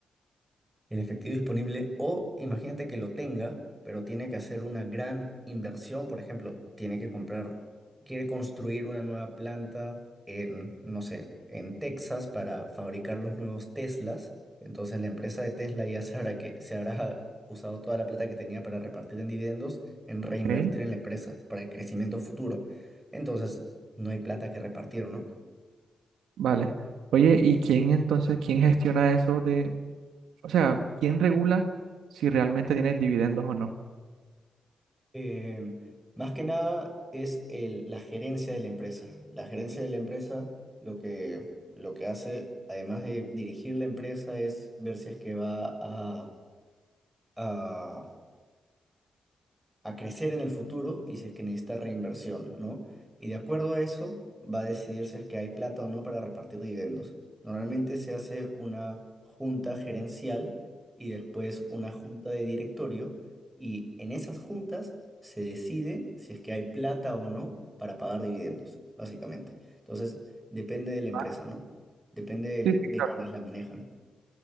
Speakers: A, on the right; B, on the right.
A: el efectivo disponible o imagínate que lo tenga, pero tiene que hacer una gran inversión, por ejemplo, tiene que comprar, quiere construir una nueva planta en, no sé, en Texas para fabricar los nuevos Teslas, entonces la empresa de Tesla ya sabrá que se habrá usado toda la plata que tenía para repartir en dividendos en reinvertir
B: Ok.
A: en la empresa para el crecimiento futuro. Entonces, no hay plata que repartir, ¿no?
B: Vale. Oye, ¿y quién entonces, quién gestiona eso de, o sea, quién regula si realmente tiene dividendos o no?
A: Eh, más que nada es el- la gerencia de la empresa. La gerencia de la empresa lo que, lo que hace, además de dirigir la empresa, es ver si es que va a, a a crecer en el futuro y si es que necesita reinversión, ¿no? Y de acuerdo a eso va a decidir si es que hay plata o no para repartir dividendos. Normalmente se hace una junta gerencial y después una junta de directorio y en esas juntas se decide si es que hay plata o no para pagar dividendos, básicamente. Entonces, depende de la empresa,
B: Ah,
A: ¿no? Depende de
B: Sí, sí,
A: de,
B: claro.
A: quienes la manejan.